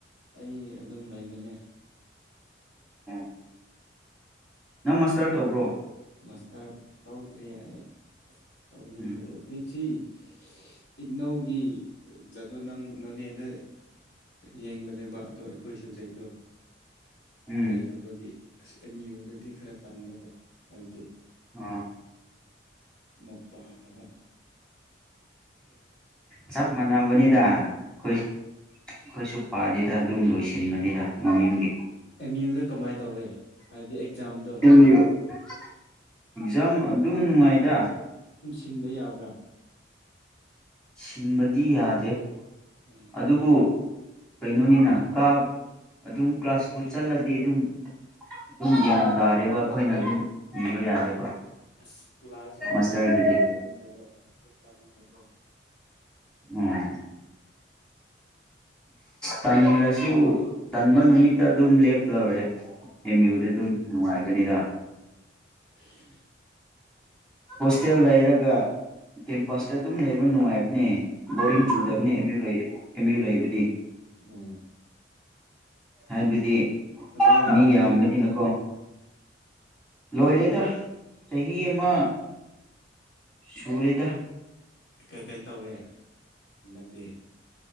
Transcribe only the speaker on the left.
ꯑꯩ ꯑꯗꯨꯝ ꯂꯩꯕꯅꯦ
ꯃꯁꯇꯔ ꯇꯧꯗ꯭ꯔꯤ ꯑꯩ <unintelligible>
ꯏꯛꯅꯧꯒꯤ ꯖꯅꯣ ꯅꯪ ꯅꯣꯅꯦꯗ ꯌꯦꯡꯕꯅꯦꯕ ꯑꯗꯣ ꯑꯩꯈꯣꯏ ꯁꯕꯖꯦꯛꯇꯣ
ꯂꯩꯇꯕꯒꯤ ꯑꯁ ꯑꯦꯝ ꯌꯨꯗꯗꯤ ꯈꯔ ꯇꯟꯕꯀꯣ ꯍꯥꯏꯗꯤ
ꯃꯨꯄꯥꯟꯅꯕ
ꯑꯦꯝ ꯌꯨꯗ ꯀꯃꯥꯏꯅ ꯇꯧꯔꯦ ꯍꯥꯏꯕꯗꯤ ꯑꯦꯛꯖꯥꯝꯗꯣ
ꯊꯤꯟꯕ ꯌꯥꯕ꯭ꯔꯥ
ꯎꯝ
ꯍꯣꯏ
ꯑ ꯀ꯭ꯂꯥꯁꯨꯛꯇ
ꯌꯥꯎ <unintelligible> ꯀꯣ
<unintelligible>
ꯎꯝ
ꯎꯝ
ꯎꯝ
ꯂꯣꯏꯔꯝꯒꯅꯤ
ꯅꯣꯏꯗꯤ
ꯀꯩꯀꯩ ꯇꯧꯔꯦ ꯅꯪ ꯗꯦ